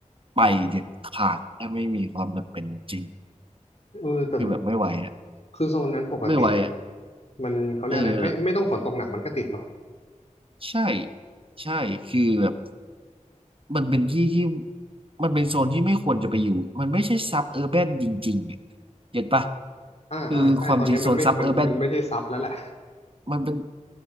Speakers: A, on the right; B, on the left.
A: ไปเด็ดขาดถ้าไม่มีความจำเป็นจริง
B: เออแต่
A: คือแบบไม่ไหวอ่ะ
B: คือโซนนั้นปกติมัน
A: ไม่ไหวอ่ะ
B: มันเขาเรียกอะไรไม่ไม่ต้องฝนตกหนักมันก็ติดเนาะ
A: เออใช่ใช่คือแบบ มันเป็นที่ที่มันเป็นโซนที่ไม่ควรจะไปอยู่ มันไม่ใช่ซับเออร์แบนจริงๆอะเห็นปะ
B: อ่าอ่าใช่ตอนนี้มันไม่มันมันไม่ใช่ซับแล้วแหละ
A: คือความจริงโซนซับเออร์แบนมันเป็น